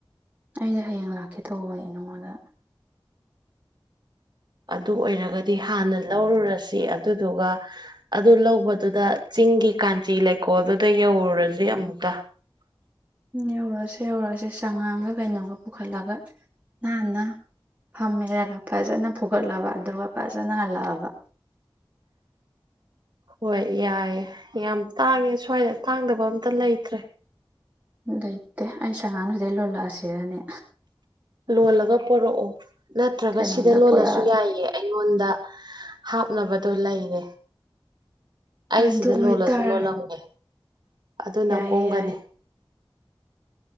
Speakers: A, on the right (about 15°); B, on the right (about 50°).
A: ꯑꯩꯁ ꯍꯌꯦꯡ ꯂꯥꯛꯀꯦ ꯇꯧꯕ ꯅꯉꯣꯟꯗ
B: ꯑꯗꯨ ꯑꯣꯏꯔꯒꯗꯤ ꯍꯥꯟꯅ ꯂꯧꯔꯨꯔꯁꯤ ꯑꯗꯨꯗꯨꯒ ꯑꯗꯨ ꯂꯧꯕꯗꯨꯗ ꯆꯤꯡꯒꯤ ꯀꯥꯟꯆꯤ ꯂꯩꯀꯣꯜꯗꯨꯗ ꯌꯧꯔꯨꯔꯁꯤ ꯑꯃꯨꯛꯇ
A: ꯠ <inaudible> ꯌꯧꯔꯛꯑꯁ ꯌꯧꯔꯛꯑꯁꯦ ꯆꯉꯥꯡꯒ ꯀꯩꯅꯣꯒ ꯄꯨꯈꯠꯂꯒ ꯍꯥꯟꯟꯅ ꯐꯝꯃꯦꯔꯒ ꯐꯖꯅ ꯐꯨꯒꯠꯂꯕ ꯑꯗꯨꯒ ꯐꯖꯅ ꯍꯜꯂꯛꯑꯕ
B: ꯍꯣꯏ ꯌꯥꯏꯦ ꯌꯥꯝ ꯇꯥꯡꯉꯦ ꯁ꯭ꯋꯥꯏꯗ ꯇꯥꯡꯗꯕ ꯑꯝꯇ ꯂꯩꯇ꯭ꯔꯦ
A: ꯂꯩꯇꯦ ꯑꯩ ꯁꯉꯥꯡꯗꯨꯗꯩ ꯂꯣꯜꯂꯛꯑꯁꯤꯔꯅꯦ
B: ꯂꯣꯜꯂꯒ ꯄꯣꯔꯛꯑꯣ ꯅꯠꯇ꯭ꯔꯒ
A: ꯀꯩꯅꯣꯝꯗ
B: ꯁꯤꯗ ꯂꯣꯜꯂꯁꯨ
A: ꯄꯨꯔꯛꯑꯒꯦ
B: ꯌꯥꯏꯑ ꯑꯩ ꯑꯩꯉꯣꯟꯗ ꯍꯥꯞꯅꯕꯗꯣ ꯂꯩꯔꯦ ꯑꯩ
A: ꯑꯗꯨ
B: ꯁꯤꯗ
A: ꯑꯣꯏꯇꯥꯔꯦ
B: ꯂꯣꯜꯂꯁꯨ ꯂꯣꯜꯂꯝꯃꯦ ꯑꯗꯨꯅ
A: ꯌꯥꯏꯌꯦ
B: ꯀꯣꯝꯒꯅꯤ
A: ꯌꯥꯏ